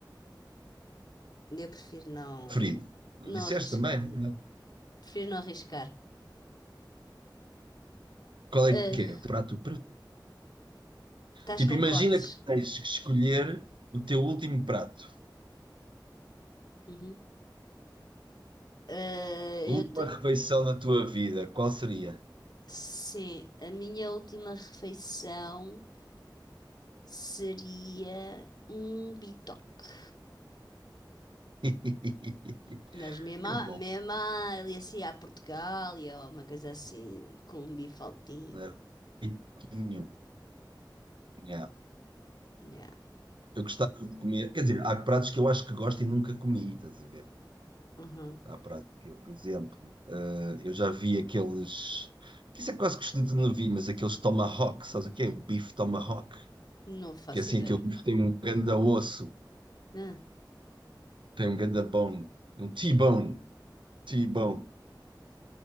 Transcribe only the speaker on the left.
Eu prefiro não,
não
arriscar.
Prefiro não arriscar.
Ah,
estás
com
cortes.
Uhum. Ah,
eu
te-
Sim, a minha última refeição seria um bitoque.
Mas mesmo,
à-
mesmo à- ali assim à Portugália ou uma coisa assim, com um bifaltinho.
Yeah.
Uhum.
Não faço
ideia.
Ah,